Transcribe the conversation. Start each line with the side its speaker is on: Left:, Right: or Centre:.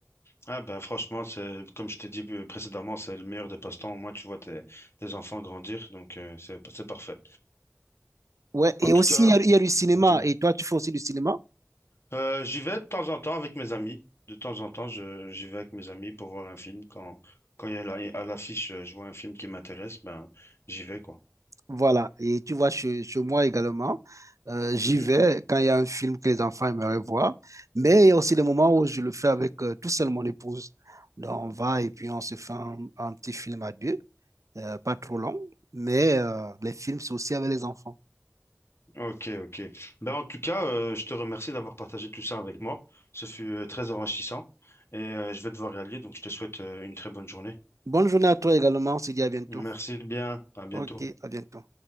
Left: Ah bah franchement, c'est comme je t'ai dit euh, précédemment, c'est le meilleur des passe-temps. Au moins, tu vois tes, tes enfants grandir, donc euh, c'est c'est parfait.
Right: Ouais, et
Left: En tout
Right: aussi,
Left: cas,
Right: il y a, il y a du cinéma.
Left: dis-moi.
Right: Et toi, tu fais aussi du cinéma.
Left: Euh, j'y vais de temps en temps avec mes amis. De temps en temps, je j'y vais avec mes amis pour voir un film. Quand quand il y a la- à l'affiche, euh, je vois un film qui m'intéresse, ben j'y vais quoi.
Right: Voilà. Et tu vois, chez, chez moi également, euh, j'y
Left: Mhm.
Right: vais quand il y a un film que les enfants aimeraient voir. Mais il y a aussi des moments où je le fais avec euh, tout seul mon épouse. Donc, on va et puis on se fait un, un petit film à deux, euh, pas trop long. Mais euh, les films, c'est aussi avec les enfants.
Left: Ok, ok. Ben en tout cas, euh, je te remercie d'avoir partagé tout ça avec moi. Ce fut euh, très enrichissant et euh, je vais devoir y aller, donc je te souhaite euh, une très bonne journée.
Right: Bonne journée à toi également. On se dit à bientôt.
Left: Merci bien. À bientôt.
Right: OK, à bientôt.